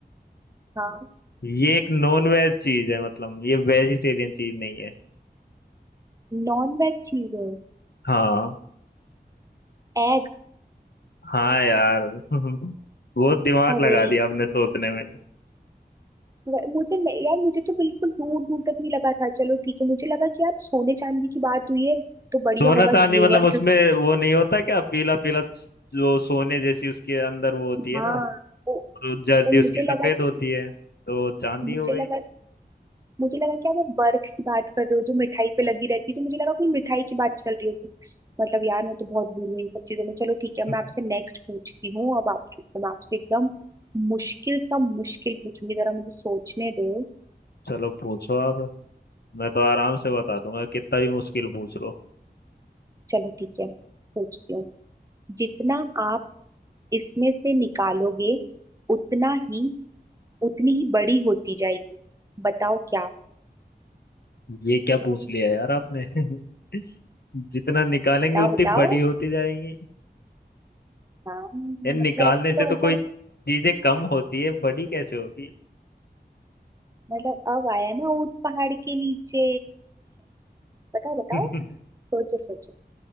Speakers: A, on the right; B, on the left.
A: हाँ
B: ये एक नॉन वेज चीज है मतलब ये वेजिटेरियन चीज नहीं है
A: नॉन वेज चीजें
B: हाँ
A: एग
B: हाँ यार <laughs> बहुत दिमाग
A: अरे
B: लगा दिया आपने सोचने में
A: व- मुझे नहीं- यार मुझे तो बिल्कुल दूर दूर तक नहीं लगा था चलो ठीक है मुझे लगा कि यार सोने चांदी की बात हुई है तो बढ़िया
B: सोना
A: होगा
B: चांदी
A: घेवर
B: मतलब उसमें
A: क्योंकि
B: वो नहीं होता क्या पीला पीला जो सोने जैसी उसके अंदर वो होती है
A: हाँ
B: ना
A: तो,
B: और जर्दी
A: तो
B: उसकी
A: मुझे
B: सफेद
A: लगा कि
B: होती है तो चांदी
A: मुझे
B: हो गई
A: लगा मुझे लगा कि आप वो बर्फ की बात कर रहे हो जो मिठाई पे लगी रहती है तो मुझे लगा कोई मिठाई की बात चल रही होगी मतलब यार मैं तो बहुत बुरी हूँ इन सब चीजों में चलो ठीक
B: <laughs>
A: है अब मैं आपसे नेक्स्ट पूछती हूँ अब आपके तो मैं आपसे एकदम मुश्किल सा मुश्किल पूछूंगी जरा मुझे सोचने दो
B: चलो पूछो आप मैं तो आराम से बता दूंगा कितना भी मुश्किल पूछ लो
A: चलो ठीक है पूछती हूँ जितना आप इसमें से निकालोगे उतना ही उतनी ही बड़ी होती जाएगी बताओ क्या
B: ये क्या पूछ लिया यार आपने <laughs> जितना निकालेंगे
A: बताओ
B: उतनी
A: बताओ
B: बड़ी होती जाएगी
A: हाँ मतलब
B: यार निकालने
A: अब
B: से
A: तो
B: तो
A: मतलब
B: कोई चीजें कम होती है बड़ी कैसे होगी
A: मतलब अब आया ना ऊंट पहाड़ के नीचे बताओ बताओ
B: <laughs>
A: सोचो सोचो